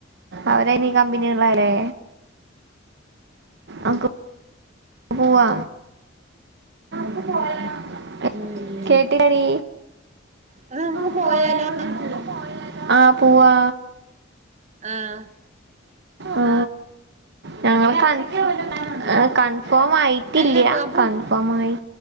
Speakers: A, on the right; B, on the right.
A: അവരെ നീ കമ്പനി ഉള്ളെല്ലേ അമ്ക്ക് പോവാ <inaudible>
B: ഉം
A: കേട്ടിലടീ.
B: അത് നമുക്ക്
A: <inaudible>
B: പോയാലോ
A: ആഹ് പൂവാ
B: ആഹ്
A: ആ ഞങ്ങൾ കൺ എ കൺ ഫോമായിട്ടില്ല
B: അല്ല അപ്പൊ നമുക്ക്
A: കൺഫോമായി